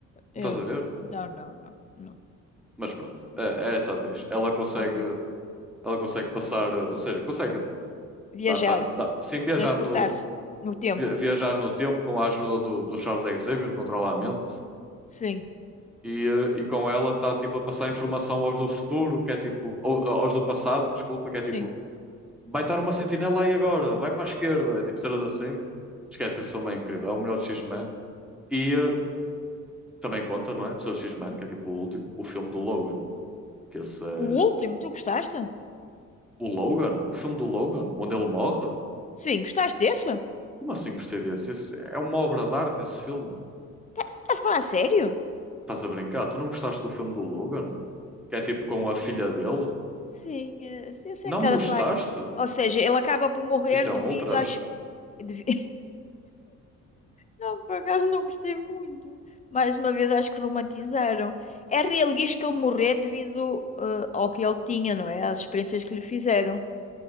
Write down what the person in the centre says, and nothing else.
estás
a ver?
Mas pronto, é, é essa atriz. Ela consegue,
ela consegue passar, ou seja, consegue
dar time, dar- sim, viajar
no,
vi- viajar no tempo com a ajuda do, do Charles Xavier, controla a mente.
E, eh, e com ela está tipo a passar informação aos do futuro, que é tipo, ou- aos do passado, desculpa, que é
tipo, vai estar uma sentinela aí agora, vai para a esquerda, é tipo cenas assim. Esquece, esse filme é incrível, é o melhor de X-Men. E, eh, Também conta, não é? Pessoas X-Men, que é tipo o último, o filme do Logan. Que esse é...
O Logan? O filme do Logan? Onde ele morre?
Como assim gostei desse? Esse é uma obra de arte esse filme.
Estás a brincar? Tu não gostaste do filme do Logan? Que é tipo com a filha dele?
Não
gostaste?
Isto é
um ultraje.